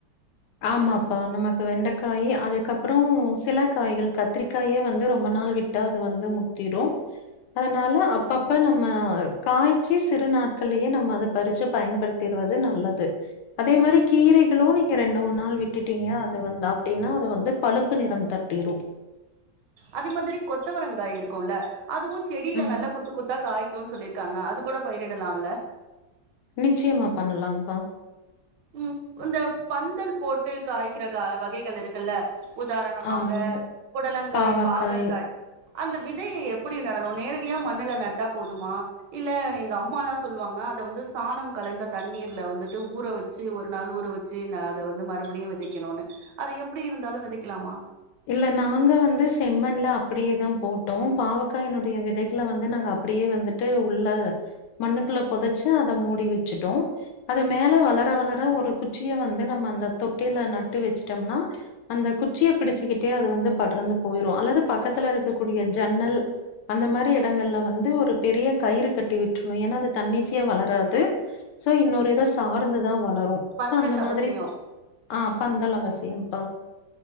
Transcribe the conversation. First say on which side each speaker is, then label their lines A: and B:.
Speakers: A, on the left; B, on the right.
A: ஆமாப்பா நமக்கு வெண்டைக்காய் அதுக்கப்பற சிலக்காய்கள் கத்திரிக்காயே வந்து ரொம்ப நாள் விட் விட்டா அது வந்து முத்திரு அதனால அப்பப்ப நம்ம காய்ச்சி சிறு நாட்கள்ளயே நம்ம அத பறிச்சு பயன்படுத்த திருவது நல்லது அதே மாரி கீரைகளு ரெண்டு மூணு நாள் விட்டுட்டீங்க அது வந்த அப்டின்னா அது வந்து பழுப்பு நிற தட்டிரு
B: அதே மாதிரி கொத்தவரங்காய் இருக்கும்ல அதுவு செடியில
A: ம்.
B: நல்லா கொத்து கொத்து காய்கும் சொல்லிருக்காங்க அது கூட பயிரிடலாம்ல
A: நிச்சயமா பண்ணலாம்ப்பா
B: ம் இந்த பந்தல் போட்டு காய்க்கற வகைகள் இருக்குல்ல உதாரணமாக
A: ஆமாங்க.
B: புடலங்காய்
A: பாவக்காய்.
B: பாகற்காய் அந்த விதையை எப்டி நடணு நேரடியா மண்ணுல நட்டா போதுமா இல்ல எங்க அம்ம எலா சொல்லுவாங்க அத வந்து சாணம் கலந்த தண்ணீர்ல வந்துட்டு ஊற வச் சி ஒரு நாள் ஊற வச்சு ந அத வந்து மறுபடியு விதைக்கணும்னு அத எப்டி இருந்தாலு விதைக்கலாமா
A: இல்ல நாங்க வந்து செம்மன்ல அப்டியே தா போட்டோ பாவக்காய்னுடைய விதைகளை வந்து அப்டியே வந்துட்டு ட்டு உள்ள மண்ணுக்குள்ள பொதச்சு அத மூடி வச்சுட்டோ அது மேல வளர வளர ஒரு குச்சிய வந்து நம்ம அந்த தொட்டியில நட்டு வச்சுட்டோம்னா அந்த குச்சியை பிடிச்சுக்கிட்டே அது வந்து படர்ந்து போயிரும் அல்லது பக்கத்துல இருக்கக்கூடிய ஜன்னல் அந்த மாரி இடங்கள்ல வந்து ஒரு பெரிய கயிறு கட்டி விட்ருணு ஏன்னா அது தண்ணிச்சையா வளராது சோ இன்னொரு இத சார்ந்துதா வளரு
B: பந்தல்
A: சோ அந்த
B: அவசியோ
A: மாதிரி ஆ பந்தல் அவசியம்ப்பா